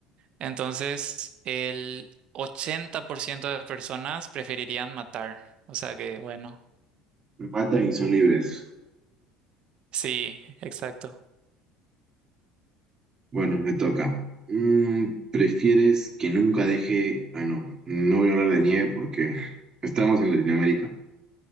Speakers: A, on the right; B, on the right.
A: Entonces, el 80% de personas preferirían matar. O sea que, bueno,
B: Me Matan y son libres.
A: sí, exacto.
B: Bueno, me toca. Mm, ¿prefieres que nunca deje... Ah, no, no voy a hablar de nieve porque <laughs> estamos en Latinoamérica.